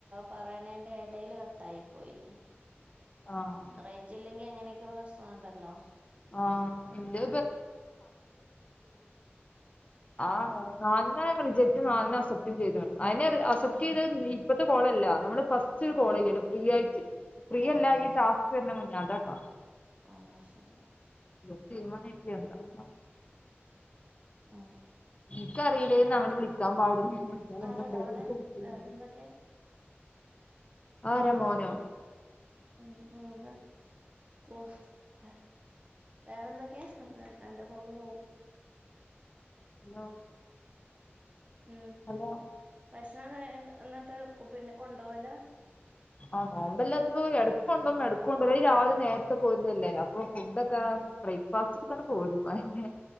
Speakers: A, on the right; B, on the left.
A: പറയണേണ്ടേ ഇടൽ കട്ടായി പോയി
B: ആഹ്
A: റേഞ്ച് ഇല്ലെങ്കി അങ്ങനെയൊക്കെ പ്രശ്നണ്ടല്ലോ
B: ആഹ് എന്റെ ആ മന്നാലണ്ണം റിജക്റ്റ് ആയി നാലിന് അസപ്റ്റ ചെയ്ത അതിനെ അസപ്റ്റ് ചെയ്തത് ഇപ്പത്തെ കോളല്ല നമ്മള് ഫസ്റ്റ് ഒരു കോള് ചെയ്യല്ല ഫ്രീ ആയിട്ട് ഫ്രീ
A: ഉം,
B: അല്ല
A: ഉം.
B: ഈ ടാസ്ക് തന്നെ മുന്നാതട്ടാ
A: ആ ശരി
B: <inaudible>
A: ആഹ്
B: എനിക്കറിയില്ലേന്ന് അങ്ങട്ട് വിളിക്കാൻ പാടില്ലാന്ന്
A: ആരാടാ അവിടെ
B: <inaudible>
A: വേറെന്തൊക്കെയാ
B: ആരാ മോനോ
A: ഉം, ഉം അതെ ഓ പറ വേറെന്തൊക്കെയാ അതെ എന്റെ മോള് പോകും
B: ഹലോ
A: ഉം
B: ഹലോ
A: ഭക്ഷണം എന്ന് പറഞ്ഞാ - എന്നിട്ട് പിന്നെ കൊണ്ടോവില
B: ആഹ് നോമ്പ് ഇല്ലാത്തപ്പോ എടക്ക് കൊണ്ടോവും എടക്ക് കൊണ്ടോവൂല ഈ രാവിലെ നേര- പോരുന്നതല്ലേ അപ്പൊ ഫുഡ്ക്കെ ബ്രേക്ക്ഫാസ്റ്റക്കെ എടുത്തോണ്ട് പോരും അ-